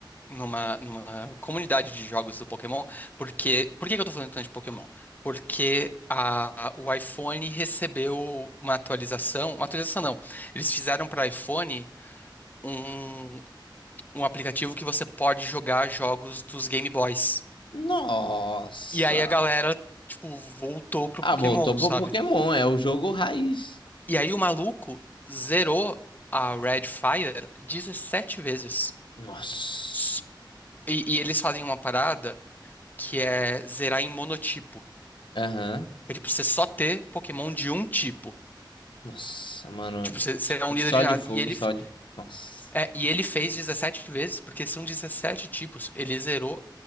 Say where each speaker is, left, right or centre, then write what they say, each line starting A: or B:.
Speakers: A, on the left; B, on the left.
A: numa, numa comunidade de jogos do Pokémon. Porque, por que que eu tô falando tanto de Pokémon? Porque a, a- o iPhone recebeu uma atualização. Uma atualização não. Eles fizeram para iPhone um, um aplicativo que você pode jogar jogos dos Game Boys.
B: Nossa.
A: E aí a galera, tipo, voltou pro
B: Ah,
A: Pokémon,
B: voltou pro
A: sabe?
B: Pokémon, é o jogo raiz.
A: E aí o maluco zerou a Red Fire 17 vezes.
B: Nossa.
A: S- E, e eles fazem uma parada que é zerar em monotipo.
B: Aham.
A: É tipo, você só ter Pokémon de um tipo.
B: Nossa, mano.
A: É Tipo, você, você
B: Tipo,
A: é um líder
B: só
A: de
B: de
A: nada.
B: fogo,
A: E ele,
B: só
A: f-
B: de. Nossa.
A: é, e ele fez 17 vezes, porque são 17 tipos. Ele zerou